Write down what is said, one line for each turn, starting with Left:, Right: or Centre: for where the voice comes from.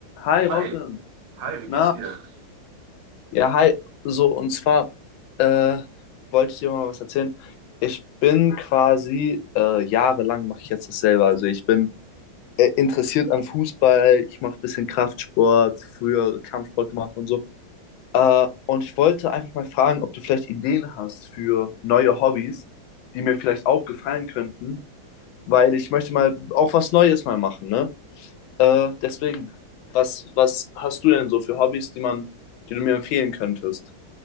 Left: Hi Robin,
Right: Hi, hi, wie geht's
Left: na,
Right: dir?
Left: Ja, hi. So, und zwar äh, wollte ich dir mal was erzählen. Ich bin quasi äh, jahrelang mache ich jetzt dasselbe. Also ich bin äh, interessiert an Fußball, ich mache ein bisschen Kraftsport, früher Kampfsport gemacht und so. Äh, und ich wollte einfach mal fragen, ob du vielleicht Ideen hast für neue Hobbys, die mir vielleicht auch gefallen könnten, weil ich möchte mal auch was Neues mal machen, ne? Äh, deswegen, was, was hast du denn so für Hobbys, die man, die du mir empfehlen könntest?